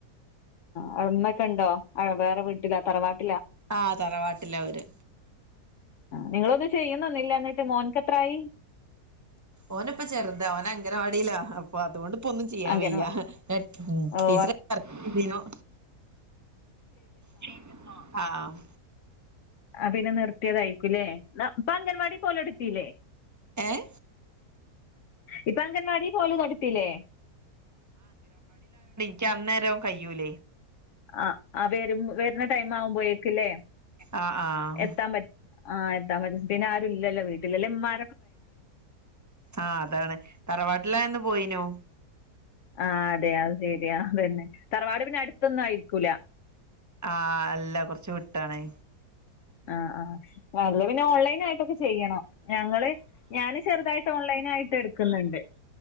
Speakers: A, on the left; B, on the right.
A: ആ ഉമ്മക്കണ്ടോ വേറെ വീട്ടിലാ തറവാട്ട്
B: ആഹ് തറവാട്ടിലാ അവര്
A: നിങ്ങളൊന്നും ചെയ്യുന്നൊന്നില്ലന്നിട്ട് മോൻകെത്രായി...
B: ഓനിപ്പ ചെറുതാ.. ഓന് അംഗനവാടിലാ... അപ്പൊ അതൊണ്ട് ഇപ്പൊന്നും ചെയ്യാൻ
A: അങ്കന
B: വയ്യഹ്..
A: ഓ
B: ടീച്ചറായി
A: വർക്ക്
B: വർക്കയ്തീനു. ചെയ്തിരുന്നോ... ആഹ്
A: ആ പിന്നെ നിർത്തിയതായിരിക്കുല്ലേ.. ഇപ്പൊ അംഗൻവാടി പോല് തുടങ്ങില്ലേ..
B: ന്ത്‌
A: ഇപ്പൊ അംഗൻവാടി പോലും തൊടത്തില്ലേ....
B: നിക്ക് അന്നേരം കയ്യൂലേ...
A: ആ ആ വരുമ് വരുന്ന ടൈം ആകുമ്പോയേക്കല്ലേ....
B: ആഹ് ആഹ്
A: എത്താൻ പറ്റ് ആ എത്താൻ പറ്റില്ലല്ലേ പിന്നെ ആരുല്ലല്ലോ വീട്ടിലല്ലെ പിന്നെ മ്മാ
B: ആ അതാണ്... തറവാട്ടിലായന്ന് പോയിനു
A: ആഹ്.. അതെ.. അത് ശെരിയാ.. അതന്നെ.. തറവാട് പിന്നെ അടുത്തൊന്നും ആയിരിക്കൂല..
B: ആഹ്.. അല്ല.. കൊറച്ച് വിട്ടാണേ..
A: ആഹ് ആഹ് അല്ലെപിന്നെ ഓൺലൈനായിട്ടൊക്കെ ചെയ്യണം.. ഞങ്ങള് ഞാന് ചെറുതായിട്ട് ഓൺലൈൻ ആയിട്ട് എടുക്കുന്നുണ് ഇണ്ട്